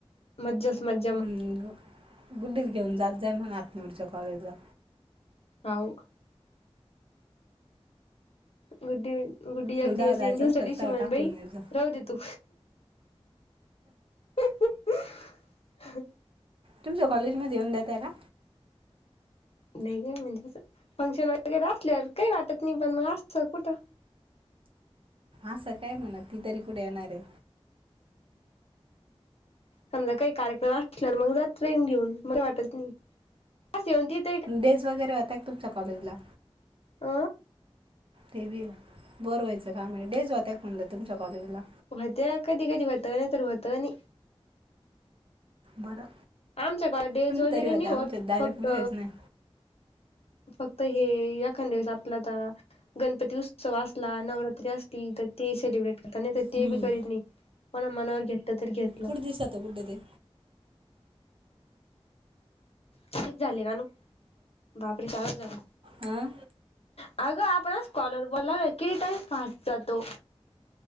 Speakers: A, on the left; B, on the right.
A: मज्जाच मज
B: हम, गुड्डीच घेऊन जात जय मग आतनूरच्या कॉलेजला
A: हाऊ का? गुड्डी गुड्डी
B: तुला
A: एक
B: जेव्हा
A: दिवस
B: जायचं
A: येईन आणि दुसऱ्या
B: असलं
A: दिवशी
B: तेव्हा
A: म्हणल
B: टाकून
A: बाई
B: घेत जा
A: जाव दे तू हहह
B: तुमच्या कॉलेज मध्ये येऊन देताय का?
A: नाही काय म्हणजे असं फंक्शन वगैरे असल्यावर काही वाटत नाही पण मग असतं कुठं
B: असं काय म्हणत नाही तरी कुठे येणार आहे
A: समजा काही कार्यक्रम असला आणि मग जात ट्रेन घेऊन बर वाटत नाही असतीत
B: डेस वगैरे होत का तुमच्या कॉलेजला
A: अ
B: ते बी बोर व्हायचं काय आहे डेज होता काय म्हणलं तुमच्या कॉलेजला
A: होतेय कधी कधी होत तर होत ही नाही
B: बरं
A: आमच्या कॉलेज डेज
B: तुम्ही
A: वगैरे
B: तरी होता
A: नाही होत
B: आमच्यात डायरेक्ट
A: फक्त
B: विषयच नाही.
A: फक्त हे एकादया वेळेस आपल आता गणपती उत्सव असला नवरात्री असली तर ते सेलिब्रेट होत नाही तर ते
B: हम्म
A: बी काही नाही कोणा मनावर घेतल तर घेतल
B: कुठ दिसत आता गुडडे ते
A: किती झाले का न बापरे चार वाजल
B: आ.
A: आगं आपणच कॉलवर बोललाय किती टाइम फास्ट जातो.